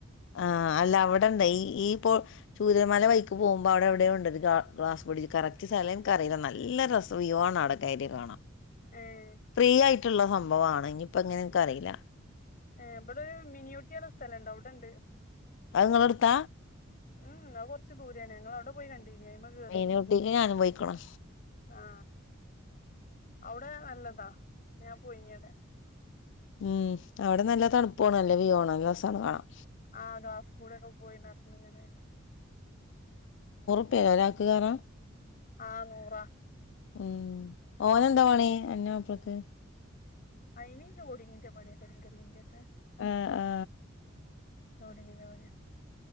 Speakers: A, on the left; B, on the left.
A: ആ ആ അല്ല അവിടെ ഉണ്ട് ഈ ഈ ഇപ്പോ ചൂര്യമാല വായിക്ക് പോകുമ്പോ അവിടെ എവിടെയ ഉണ്ട് ഒരു ഗ ഗ്ലാസ് ബ്രിഡ്ജ്. കറക്റ്റ് സ്ഥല എനിക്കറിയില്ല നല്ല <unintelligible> കയറി കാണാം.
B: ഏഹ്
A: ഫ്രീ ആയിട്ടുള്ള സംഭവമാണ് ഇനിയിപ്പോ എങ്ങനെ എനക്ക് അറിയില്ല.
B: ഏ ഇവിടെ മിനിഊട്ടിന്നെ സ്ഥലുണ്ടോ അവിടെണ്ട്.
A: അതേങ്ങളെ അടുത്ത
B: ഉം അത് കൊറച്ചു ദൂരാണ്. ഞങ്ങ അവിടെ പോയി കണ്ടിനി. അതേമ കേറീനി
A: മീനൂട്ടിക്ക് ഞാനും പോയിക്കണ്
B: ആ അവിടെ നല്ലതാ ഞാൻ പോയിഞ്ഞടെ.
A: ഉം അവിടെ നല്ല തണുപ്പന്നെ നല്ല വ്യൂ ആണോ നല്ല സ കാണാം.
B: ആ ഗ്യാസ് കൂടെക്കെ പോയി നടന്ന ഇങ്ങനെ.
A: ഏ നൂറകെ കേറാ.
B: ആ നൂറ.
A: ഉം ഓനെന്താ പണി അന്റെ മാപ്പിളക്ക്.
B: ആയിനീ ലോഡിങ്ങിന്റ് പണി കരിക്കലിന്റെ ഓക്കേ.
A: ആഹ് ആ
B: നോടിരുന്നാ മതി